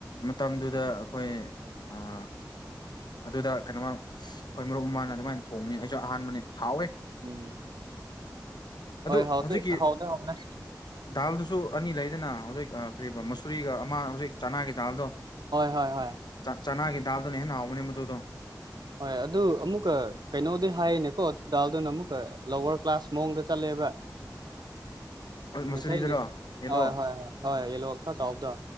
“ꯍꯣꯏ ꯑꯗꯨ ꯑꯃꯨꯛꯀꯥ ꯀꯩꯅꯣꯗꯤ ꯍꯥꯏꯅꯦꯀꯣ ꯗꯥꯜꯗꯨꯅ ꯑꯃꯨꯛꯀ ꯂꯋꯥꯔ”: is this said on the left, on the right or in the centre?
Right